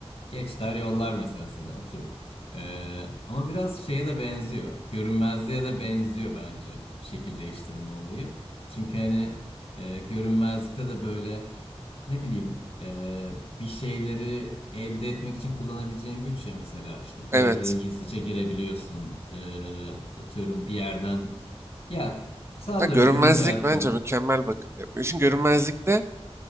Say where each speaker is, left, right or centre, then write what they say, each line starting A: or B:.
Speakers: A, on the left; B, on the right.
A: Geç der yollar mesela seni atıyorum. Ee, ama biraz şeye de benziyor. Görünmezliğe de benziyor bence şekil değiştirme olayı. Çünkü hani e, görünmezlikte de böyle ne bileyim e, bir şeyleri elde etmek için kullanabileceğin güç ya mesela işte bir
B: Evet.
A: yerlere gizlice girebiliyorsun. Ee, atıyorum bir yerden ya sallıyorum
B: Ha, görünmezlik
A: günlük hayattan.
B: bence mükemmel bakın diyorum. İşin görünmezlikte